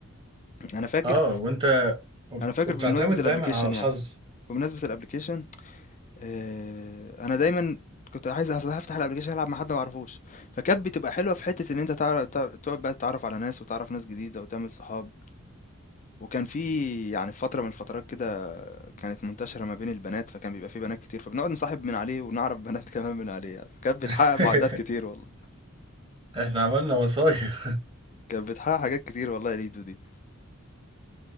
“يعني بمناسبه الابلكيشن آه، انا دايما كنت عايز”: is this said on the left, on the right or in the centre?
Left